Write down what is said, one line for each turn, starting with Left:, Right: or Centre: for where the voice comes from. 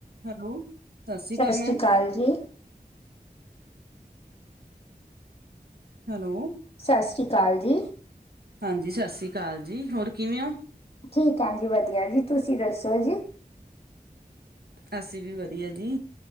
Right: Hello, ਸਸ੍ਰੀ
Left: ਸਤਿ
Right: ਅਕਾਲ
Left: ਸ਼੍ਰੀ
Right: ਮੈਮ।
Left: ਜੀ,
Right: ਹੈਲੋ।
Left: ਸਸ੍ਰੀ ਕਾਲ ਜੀ।
Right: ਹਾਂਜੀ, ਸਤਿ ਸ਼੍ਰੀ ਅਕਾਲ ਜੀ, ਹੋਰ ਕਿਵੇਂ ਊ?
Left: ਠੀਕ ਆ ਜੀ, ਵਧੀਆ ਜੀ, ਤੁਸੀਂ ਦੱਸੋ ਜੀ?
Right: ਅਸੀਂ ਵੀ ਵਦੀਆ ਜੀ।